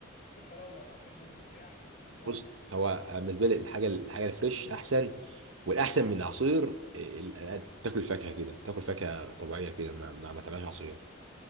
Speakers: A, on the left; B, on the right.
A: عصير فراولة ولا عصير موز ايه احسن بالنسبة
B: بص
A: لك
B: هو بالنسبة لي الحاجة الحاجة الفريش أحسن والأحسن من العصير ال- ال- تاكل فاكهة كده تاكل فاكهة طبيعية كده ما ما, ما تعملهاش عصير